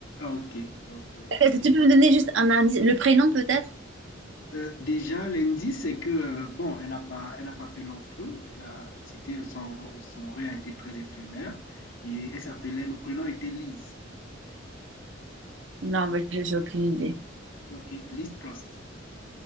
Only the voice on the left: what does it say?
Ok, ok.
Euh, déjà, l'indice, c'est que, euh, bon, elle n'a pas, elle n'a pas fait long feu. Elle a, c'était, son, son règne a été très éphémère. Et elle s'appelait, le prénom était Liz.
Ok, Liz Trust.